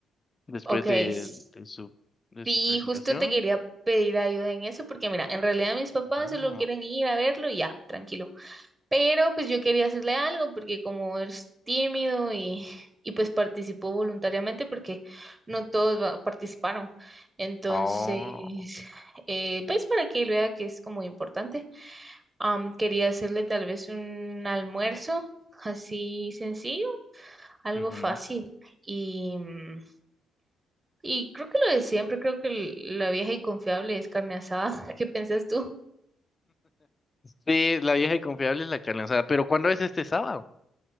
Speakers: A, on the left; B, on the right.
A: después
B: ok.
A: de,
B: s-
A: de su, de
B: Sí,
A: su presentación.
B: justo te quería pedir ayuda en eso porque mira, en realidad mis papás
A: Ah,
B: solo quieren ir a verlo y ya, tranquilo. Pero pues yo quería hacerle algo porque como es tímido y, y pues participó voluntariamente porque no todos va- participaron. Entonces,
A: oh,
B: eh, pues para que él vea que es como importante, am, quería hacerle tal vez un almuerzo así sencillo, algo
A: ujú.
B: fácil. Y, mm, y creo que lo de siempre, creo que l- la vieja y confiable es carne asada. <laughs> ¿Qué piensas tú?
A: Sí, la vieja y confiable es la que lanzada. Pero ¿cuándo es este sábado?